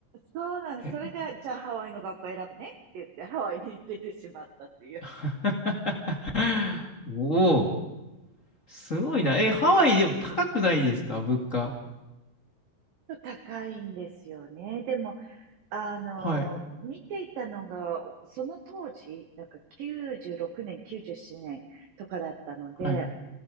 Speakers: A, on the right; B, on the left.
A: そうなんです。
B: へ
A: それで、じゃあハワイの学校選ぶねって言って、ハワイに出てしまったっていう。
B: <laughs> おお、すごいな。え、ハワイでも高くないですか、物価。
A: 高いんですよね。でも、あの、
B: はい、
A: 見ていたのが、その当時、なんか96年、97年とかだったので、
B: はい。